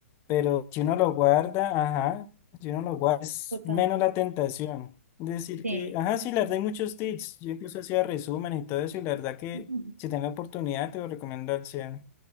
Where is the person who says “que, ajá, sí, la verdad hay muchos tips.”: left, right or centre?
Left